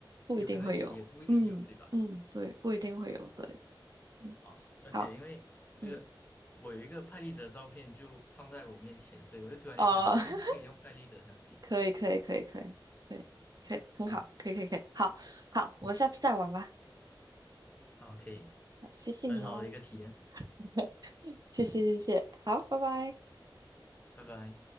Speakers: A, on the right (about 50°); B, on the left (about 20°).
A: 不一定会有。
B: 有可能有，也不一定有，
A: 嗯嗯，
B: 对吧？
A: 对，不一定会有。对，嗯，
B: 啊，而且因为那个我有一个拍立得照片就放在我面前，
A: 好，嗯，
B: 所以我就突然间想到，
A: 哦，
B: 诶，
A: <laughs>
B: 可以用拍立得相机。
A: 可以可以可以可以，对，可以，很好，
B: 对，
A: 可以可以可以，好好，我们下次再玩吧。
B: 好，可以，
A: 那谢谢你哦，
B: 很好的一个体验，
A: <laughs> 谢谢谢谢，好，拜拜。
B: 拜拜。